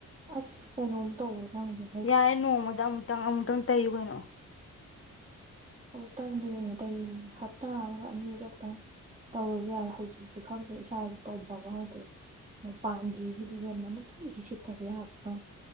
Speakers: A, on the right (about 20°); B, on the left (about 45°).
A: ꯑꯁ ꯀꯩꯅꯣꯝ ꯇꯧꯋꯦ ꯈꯪꯗ꯭ꯔꯦ
B: ꯌꯥꯏ ꯅꯣꯡꯃꯗ ꯑꯃꯨꯛꯇꯪ ꯑꯃꯨꯛꯇꯪ ꯇꯩꯨ ꯀꯩꯅꯣ
A: ꯑꯃꯨꯛꯇꯪꯗꯤ ꯀꯩꯅꯣ ꯇꯧꯁꯦ ꯍꯞꯇꯥ ꯍꯥꯕꯒ ꯑꯅꯤꯅꯤ ꯆꯛꯇꯪ ꯇꯧꯔꯁꯨ ꯌꯥꯗꯦ ꯍꯧꯖꯤꯛꯇꯤ ꯈꯪꯗꯦ ꯏꯁꯥꯗ ꯇꯧꯕ ꯑꯃ ꯍꯧꯗꯦ ꯃꯄꯥꯡꯒꯁꯤꯗꯤ ꯃꯅꯨꯡꯒꯤꯁꯤꯗꯤ ꯁꯤꯠꯇꯗꯌꯥꯗꯗ